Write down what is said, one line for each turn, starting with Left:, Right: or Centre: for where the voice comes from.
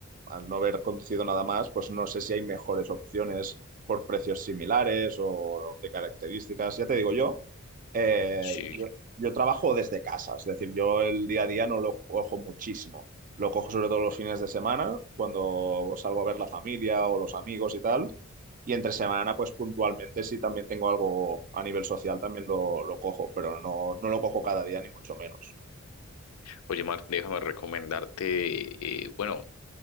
Right: al no haber conducido nada más, pues no sé si hay mejores opciones por precios similares o de características. Ya te digo yo. Eh,
Left: Sí.
Right: yo, yo trabajo desde casa, es decir, yo el día a día no lo cojo muchísimo. Lo cojo sobre todo los fines de semana, cuando salgo a ver la familia o los amigos y tal. Y entre semana, pues puntualmente, si también tengo algo a nivel social, también lo, lo cojo, pero no, no lo cojo cada día, ni mucho menos.
Left: Oye, Mar, déjame recomendarte, eh, bueno,